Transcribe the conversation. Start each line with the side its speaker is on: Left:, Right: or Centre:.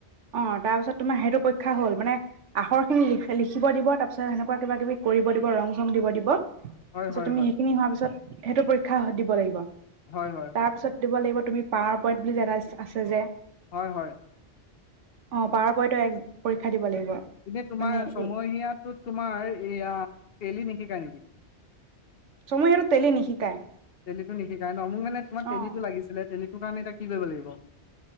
Right: অ' তাৰপিছত তোমাৰ সেইটো পৰীক্ষা হ'ল মানে আখৰখিনি লিখিব দিব তাৰপিছত সেনেকুৱা কিবা কিবি কৰিব দিব, ৰং চং দিব দিব পাছত
Left: হয় হয়
Right: তুমি
Left: হয়
Right: সেইখিনি হোৱাৰ পিছত সেইটো পৰীক্ষা দিব লাগিব।
Left: হয় হয়
Right: তাৰ
Left: হয়।
Right: পিছত দিব লাগিব তুমি পাৱাৰ পইণ্ট বুলি এটা আছে যে
Left: হয় হয়
Right: অ পাৱৰ পইণ্টৰ এক পৰীক্ষা দিব লাগিব
Left: এনে তোমাৰ
Right: মানে
Left: ছমহীয়াটোত তোমাৰ এয়া তেলি নিশিকাই নেকি
Right: চমু সিহঁতক টেলি নিশিকায়।
Left: তেলিটো নিশিকাই ন মোক মানে তোমাৰ
Right: অ',
Left: তেলিটো লাগিছিলে তেলি সেইটো কাৰণে এতিয়া কি কৰিব লাগিব